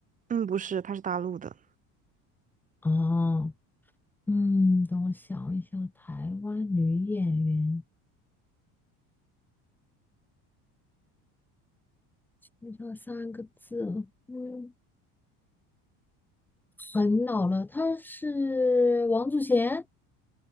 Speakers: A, on the right; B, in the centre.
A: 嗯，不是，她是大陆的。
B: 哦，嗯，等我想一想，台湾女演员，就这三个字哦，嗯，很老了，她是王祖贤，